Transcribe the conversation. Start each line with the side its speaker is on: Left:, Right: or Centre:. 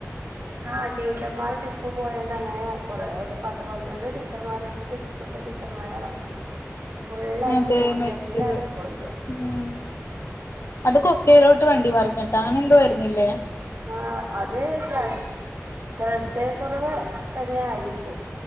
Right: ആഹ് ടീച്ചർമാര് ട്രിപ്പ് പോയണ്ടങ്ങനെ കൊറേ പത്ത് പന്ത്രണ്ട് ടീച്ചർമാര് ഒറ്റ സ് സ്കൂൾത്തെ ടീച്ചർമാരാണാ
Left: <inaudible>
Right: ഫുള്ളായിട്ട്
Left: അതെ
Right: പോയിണ്
Left: മരിച്ചത്
Right: എല്ലാരും പോയിണ്
Left: ഉം അത് കൊക്കയിലോട്ട് വണ്ടി മറിഞ്ഞിട്ട അങ്ങനെ എന്തോ ആയിരുന്നില്ലേ
Right: ആഹ് അത് ശ്ര ശ്രദ്ധ കൊറവ് തന്നെ ആയിരിക്കും